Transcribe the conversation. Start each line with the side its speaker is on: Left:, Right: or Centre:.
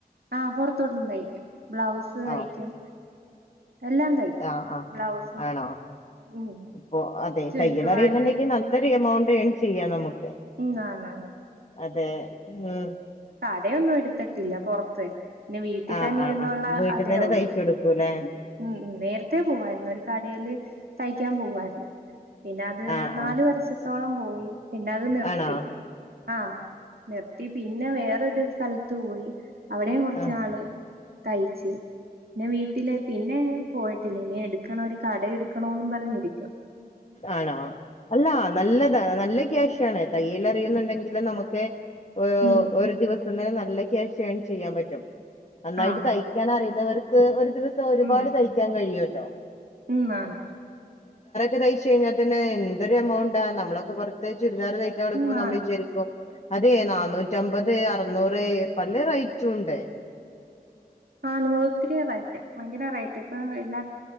Right: ആഹ് പൊറത്തോട്ടും തയ്ക്കും ബ്ലൗസ്
Left: ആഹ്
Right: തയ്ക്കും എല്ലാം തയ്ക്കും
Left: ആഹ് ആഹ്
Right: ബ്ലൗസും
Left: ആണോ
Right: ഉം <unintelligible>
Left: ഇപ്പൊ അതെ
Right: ചുരുക്ക്
Left: തയ്യലറിയുന്നുണ്ടെങ്കി
Right: പാന്റ്
Left: നല്ലൊരു എമൗണ്ട് ഏൺ ചെയ്യാംന്നമക്ക്
Right: ഉം ആന്നാന്ന്
Left: <unintelligible>
Right: കട ഒന്നും എടുത്തിട്ടില്ല പൊറത്ത് പിന്നെ വീട്ടി
Left: ആഹ്
Right: തന്നെ
Left: ആഹ്
Right: ഇരുന്നുള്ള
Left: ആഹ് വീട്ടിന്ന്
Right: അതേ
Left: തന്നെ
Right: ഉള്ളു
Left: തയ്ച്ചു കൊടുക്കൂല്ലേ
Right: ഉം ഉം നേരത്തേ പോവായിരുന്നു ഒരു കടേല് തയ്ക്കാൻ പോവായിരു പിന്നെ അത്
Left: ആഹ്
Right: നാല്
Left: ആഹ്
Right: വർഷ ത്തോളം പോയി പിന്നെ അത് നിർത്തി
Left: ആണോ
Right: ആഹ് നിർത്തി പിന്നെ വേറൊരു സ്ഥലത്ത് പോയി അവിടെം കൊറച്ച്
Left: ആഹ്
Right: നാള് തയ്ച്ച് പിന്നെ വീട്ടില് പിന്നെ പോയിട്ടില്ല ഇനി എടുക്കണം ഒരു കട എടുക്കണോന്ന് പറഞ്ഞിരിക്ക
Left: ആണോ അല്ല നല്ലതാ നല്ല ക്യാഷ് ആണ് തയ്യൽ അറിയുന്നുണ്ടെങ്കില് നമുക്ക് ഓ
Right: ഉം
Left: ഒരു ദിവസ ന്നെ നല്ല ക്യാഷ് എൺചെയ്യാൻ പറ്റും നന്നായിട്ട്
Right: ആഹ്
Left: തയ്ക്കാൻ അറിയുന്നവർ ഒരു ഒരു ദിവസം ഒരുപാട്
Right: ഉം
Left: തയ്ക്കാൻ കഴിയോട്ടെ ഉ <unintelligible>
Right: ഉം ആാന
Left: ഒകയിച്ചു കഴിഞ്ഞാൽ തന്നെ അതൊ എമൗണ്ട് ആ നമ്മളക്കെറ ത ചുരിദാ തക്കാ കൊടുക്ക്പോ
Right: ഉം
Left: നമ്മൾ
Right: ആണ്
Left: വി ജരിക്കും അതെ നന്നൂറ്റ അമ്പത് അറനൂറ് പല റൈറ്റും ഉണ്ട്
Right: ആ നവൗത്തിരിയതായിട്ട ഭയങ്കര റേറ്റ് ഇപ്പ എല്ലാ